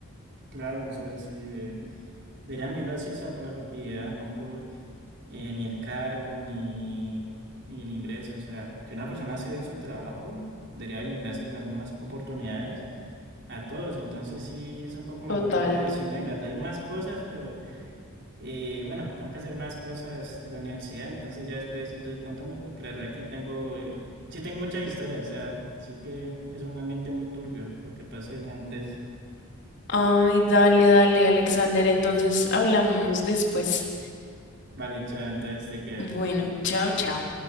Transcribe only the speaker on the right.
claro, o sea, sí, de, deberían mirarlo así, o sea, por la afectividad, no por eh, ni el cargo, ni, ni el ingreso. O sea, si una persona hace bien su trabajo, debería brindarse las mismas oportunidades a todos. Entonces sí es un poco maluco
eso y no, y la verdad hay más cosas, pero eh, bueno, tengo que hacer unas cosas de la universidad, entonces ya después sí estoy contando porque la verdad aquí tengo, eh, sí tengo muchas historias, o sea, sí que es un ambiente muy turbio lo que pasa en la empresa.
Vale, chao, entonces te quedas.